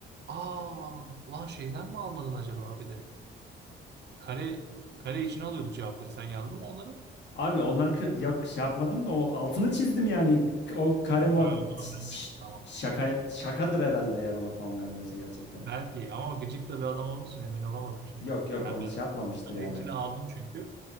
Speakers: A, on the right; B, on the left.
A: aa ulan şeyden mi almadın acaba abi de? Kare kare içine alıyorduk cevapları. Sen yazdın mı onları? Yok
B: Abi ondan kır, yok şey yapmadım da o altını çizdim yani. K- O kare mo-
A: onu
B: ş-
A: anlamıştım tamam.
B: şaka şakadır herhalde eğer ona puan vermiyorsa gerçekten.
A: Belki ama gıcık da bir adam olduğu için emin olamadım şimdi.
B: Yok yok
A: Yani
B: onu
A: ben
B: şey yapmamıştır
A: kare
B: yani.
A: içine aldım çünkü.